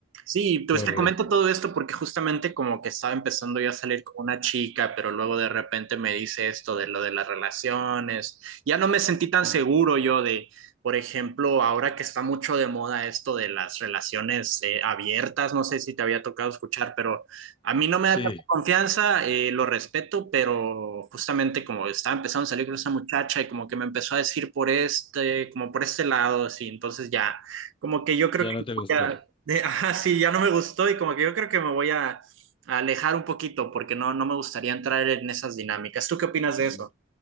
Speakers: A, on the right (about 70°); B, on the left (about 25°).
A: Sí,
B: correcto.
A: pues te comento todo esto porque justamente como que estaba empezando yo a salir con una chica, pero luego de repente me dice esto de lo de las relaciones. Ya no me sentí tan seguro yo de, por ejemplo, ahora que está mucho de moda esto de las relaciones eh, abiertas, no sé si te había tocado escuchar, pero a mí no me
B: Sí,
A: da tanta confianza, eh, lo respeto, pero justamente como estaba empezando a salir con esa muchacha y como que me empezó a decir por este, como por este lado, así, entonces ya, como que yo creo
B: ya
A: que
B: no te
A: voy
B: gustó.
A: a de, ajá, sí, ya no me gustó y como que yo creo que me voy a, a alejar un poquito porque no, no me gustaría entrar en esas dinámicas. ¿Tú qué opinas de
B: Mm.
A: eso?